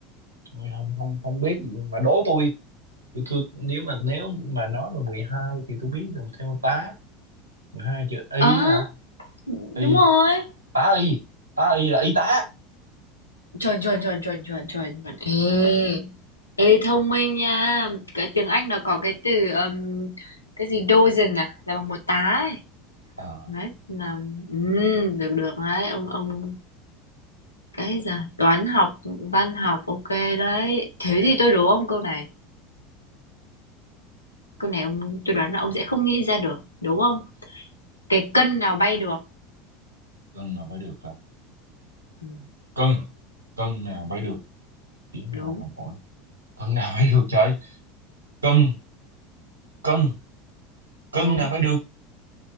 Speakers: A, on the right; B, on the left.
A: Ôi, không không không biết gì luôn. mà đố tôi tôi, tôi nếu mà nếu mà nói mà 12 thì tôi biết làm theo tá hai chữ y
B: À,
A: hả y
B: đúng rồi
A: tá y tá y là y tá
B: Chuẩn, chuẩn, chuẩn, chuẩn, chuẩn, chuẩn, chuẩn. Ê, ê thông minh nha. Cái tiếng Anh nó có cái từ um, cái gì dozen à, là bằng một tá ấy.
A: à,
B: Đấy, là ừm, được được đấy, ông ông cái gì à? toán học, văn học ok đấy. Thế
A: ok
B: thì tôi đố ông câu này. Câu này ông tôi đoán là ông sẽ không nghĩ ra được, đúng không? Cái cân nào bay được?
A: cân nào mới được hả
B: Ừ,
A: cân cân nào mới được tiếng
B: đúng,
A: là bằng phổi cân nào mới được trời cân cân cân
B: đúng,
A: nào mới được